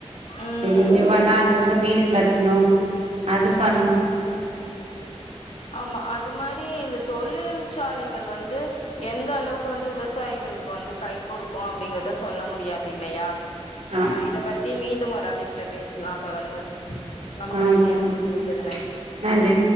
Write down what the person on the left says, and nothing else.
ம்
ம் ஆமா அது மாரி இந்த தொழில்சாலைகள் வந்து எந்த அளவுக்கு வந்து விவசாயிங்களுக்கு வந்து கை குடுக்கு அப்டிங்றத சொல்ல முடியாது இல்லையா
அ இத பத்தி மீண்டும் ஒரு அழைப்புல பேசலா தொடர்ந்து நமக்கான
நேரம்
முடிந்து விட்டது நன்றி